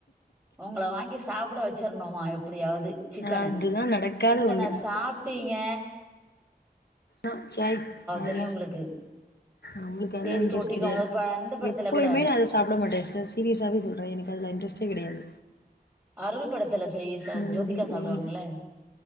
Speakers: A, on the right; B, on the left.
A: உங்கள வாங்கி சாப்பிட வச்சிருணுமா எப்டியாவது சிக்கன
B: அதுதா நடக்காத
A: சிக்கன
B: ஒண்ணு
A: சாப் ட்டீங்க
B: ஆ சாய் அதல
A: தெரியு உங்களுக்கு
B: நம்ளுக்கு அதுலா
A: டேஸ்ட்
B: இன்ட்ரெஸ்ட்
A: ஒட்டிக்கு
B: கிடையாது
A: ஒரு ப அந்த படத்துல
B: எப்பயுமே
A: கூட
B: அத சாப்பிட மாட்டே சார் சீரியஸாவே சொல்ற எனக்கு அதுல இட்ரஸ்ட்டே கிடையாது
A: அருள் படத்துல செய்ய சார்
B: ம்
A: ஜோதிகா
B: ம்
A: சாப்பிடுவாங்கள்ள
B: ம்